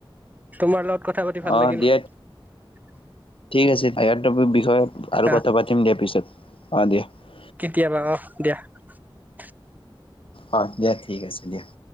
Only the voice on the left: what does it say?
অ
দিয়া
ঠিক আছে য়াৰটপ বিষয়ে আৰু
কথা পাতিম দিয়াৰ পিছত ৷ অ দিয়া ৷
অ দিয়া ঠিক আছে দিয়া ৷